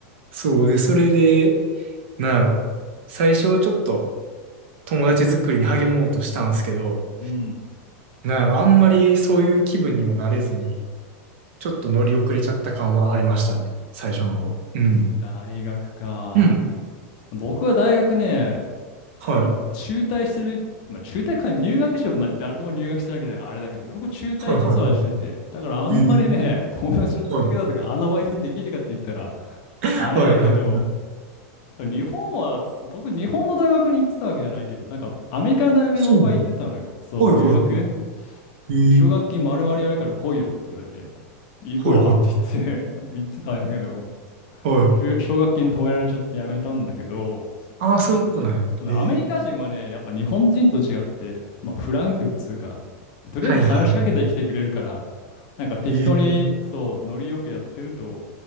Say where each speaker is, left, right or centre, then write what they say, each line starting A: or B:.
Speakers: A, on the right (about 50°); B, on the left (about 35°).
A: そう、で、それで、なんやろ、最初ちょっと、友達作りに励もうとしたんですけど、
B: うん。
A: なんやろ、あんまりそういう気分にもなれずに、ちょっと乗り遅れちゃった感はありましたね。最初の方。うん。
B: 大学か。
A: うん。
B: 僕は大学ね、
A: は
B: まあ、中退する、まあ、中退か、入学しよう、まあ、誰でも入学してるわけだからあれだけど、僕中退実はしてて、
A: いはいはいは
B: だからあんまりね、
A: い。え
B: 友達の作り方とかアドバイスできるかって言ったら、
A: えはい。
B: あれだけど、
A: <laughs> はいはいはい。
B: 多分日本は、僕、日本の大学に行ってたわけじゃないけど、なんか、アメリカの大学に僕は行ってたのよ。
A: そうなの
B: そう、
A: はいはいは
B: 留学。
A: い。
B: で奨学金丸々やるから来いよって言われて、
A: ええ
B: 行くわって言って
A: はいはいは
B: <laughs> 言ってたんだけど、
A: い。<laughs> はい。
B: しゅ奨学金止められちゃってやめたんだけど、
A: ああ、そういうことなんや。
B: そのアメリカ人はね、
A: ええ
B: やっぱ日本人と違って、まあフランクっつうか、とりあえず話しかけてきてくれるから、
A: はいはい。
B: なんか適当にそう、
A: ええ
B: ノリよくやってると、